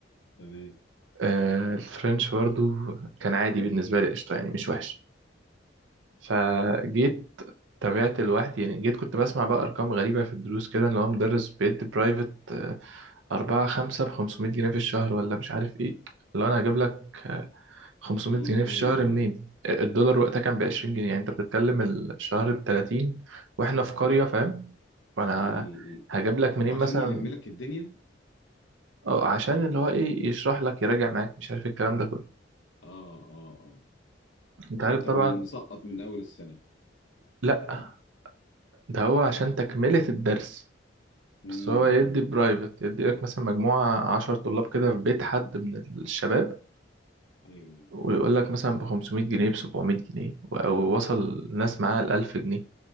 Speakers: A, on the left; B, on the right.
A: تمام
B: آه، الفرنش برضو كان عادي بالنسبه لي قشطه يعني مش وحش فجيت تابعت لوحدي يعني جيت كنت بسمع بقى أرقام غريبة في الدروس كده اللي هو مدرس بيدي برايفت آه، أربعة خمسة بخمسمية جنيه في الشهر ولا مش عارف إيه لو أنا هجيب لك آه، خمسمية
A: امم
B: جنيه في الشهر منين آه، الدولار وقتها كان بعشرين جنيه يعني أنت بتتكلم الشهر بتلاتين وإحنا في قرية فاهم وأنا
A: امم
B: هجيب لك منين
A: ده عشان
B: مثلا
A: يلم لك الدنيا
B: اه عشان اللي هو ايه يشرح لك يراجع معاك مش عارف إيه الكلام ده كله
A: اه اه اه
B: انت
A: عشان
B: عارف
A: انت
B: طبعا
A: من مسقط من اول السنة
B: لا ده هو عشان تكملة الدرس
A: امم
B: بس هو يدي
A: امم
B: برايفت يدي لك مثلا مجموعة عشر طلاب كده في بيت حد من الشباب
A: ايوه
B: ويقول لك مثلا ب 500 جنيه ب 700 جنيه و- ووصل الناس معاها ل 1000 جنيه